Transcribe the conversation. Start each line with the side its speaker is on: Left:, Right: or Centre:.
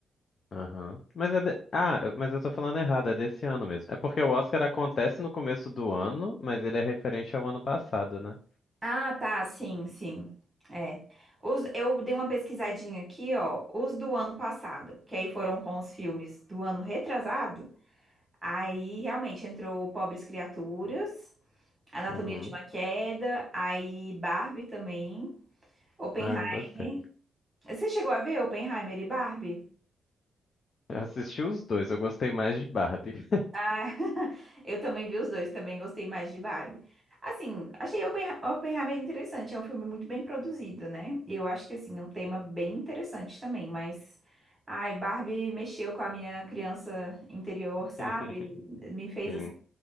Left: Aham. Mas é de... Ah, eu- mas eu tô falando errado, é desse ano mesmo. É porque o Oscar acontece no começo do ano, mas ele é referente ao ano passado, né?
Right: Ah, tá, sim, sim. É. Os, eu dei uma pesquisadinha aqui, ó, os do ano passado, que aí foram com os filmes do ano retrasado. Aí realmente entrou Pobres Criaturas, Anatomia
Left: Uhum.
Right: de uma Queda, aí Barbie também, Oppenheimer.
Left: Ah, eu gostei.
Right: Você chegou a ver Oppenheimer e Barbie?
Left: Eu assisti os dois, eu gostei mais de Barbie.
Right: Ah, <laughs> eu também vi os dois, também gostei mais de Barbie. Assim, achei Open- Oppenheimer interessante, é um filme muito bem produzido, né? E Eu acho que, assim, é um tema bem interessante também, mas... Ai, Barbie mexeu com a minha criança interior, sabe?
Left: <laughs>
Right: Me fez,
Left: Sim.
Right: assim...